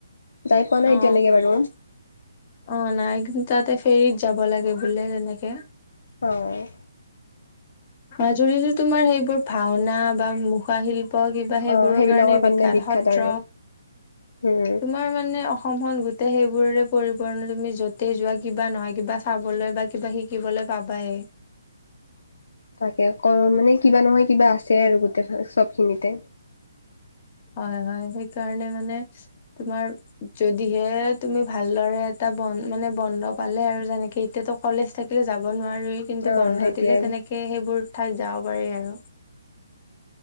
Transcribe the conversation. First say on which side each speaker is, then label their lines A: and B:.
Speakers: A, on the left; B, on the left.
A: যাই পোৱা নাই
B: অ
A: এতিয়ালৈকে বাৰু
B: <inaudible> অ নাই ঘেনতাতে ফেৰিত যাব লাগে বোলে তেনেকে।
A: অ',
B: মাজুলিতো তোমাৰ সেইবোৰ ভাওনা বা মুখা শিল। প কিবা সেইবোৰৰ
A: অ', সেইবিলাকৰ
B: কাৰণে বিখ্যাত সত্ৰ
A: আৰু উম,
B: তোমাৰ মানে। অসমন গোটেই সেইবোৰে পৰিপূৰ্ণ তুমি য'তেই যোৱা কিবা নহয় কিবা চাবলৈ বা কিবা শিকিবলৈ। পাবাই
A: <unintelligible> তাকে অক মানে কিবা নহয় কিবা আছে আৰু গোটেই চব খিনিতে।
B: হয় হয় সেইকাৰণে মানে তোমাৰ যদিহে তুমি ভালদৰে এটা। বন্ধ মানে বন্ধ পালে আৰু যেনেকে এতিয়াতো কলেজ থাকিলে যাব নোৱাৰা। ৰুই কিন্তু
A: অ',
B: বন্ধ
A: সেইটোৱে
B: দিলে তেনেকে সেইবোৰ। ঠাইত যাব পাৰি আৰু।